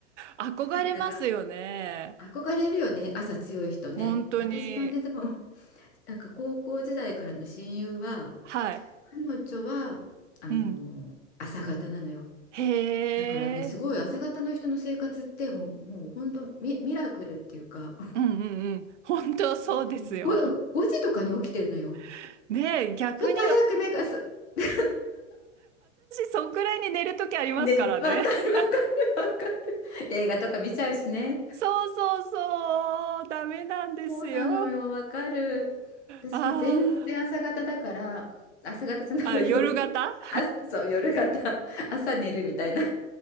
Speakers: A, on the right (about 70°); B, on the left (about 60°).
A: 憧れますよね。
B: <laughs> なんか、憧れるよね、朝強い人ね。
A: 本当に。
B: 私のね、でも、<laughs> なんか高校時代からの親友は、
A: はい。
B: 彼女は、あの、
A: うん。
B: 朝方なのよ。
A: へ
B: だからね、すごい朝方の人の生活ってもう、
A: え。
B: もう本当ミ、ミラクルっていうか、
A: うんうんうん。本当そうですよ。
B: だってもう 5, 5時とかに起きてるのよ。
A: <laughs> ねえ、逆に、
B: ちょっと早く目がす、
A: 私、
B: <laughs>
A: そんくらいに寝るときありますからね。
B: ね、わかるわかるわかる。
A: <laughs>
B: 映画とか見ちゃうしね。
A: そうそうそう。ダメなんですよ。
B: そうなのよ、わかる。私も全然朝方だから、
A: あー
B: 朝方じゃないわ、
A: あ、夜型
B: 夜。<laughs> あ、そう、夜型。朝寝るみたいな。